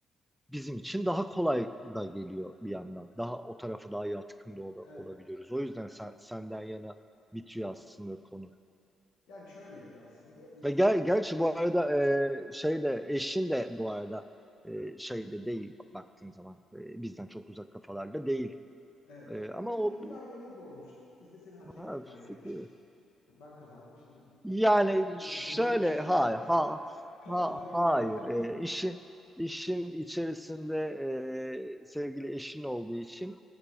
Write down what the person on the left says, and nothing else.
Evet.
Yani şöyleydi aslında. Biz
Seda'yla
eşimle
bir
evet
burada
bir fikir ayrılığı doğmuştu. Biz de seni hakem
tayin etmiştik.
Ben kazandım. Şimdi gidip
e, gu-
gururlu bir şekilde
<laughs> kazandığımı
ilan edeceğim.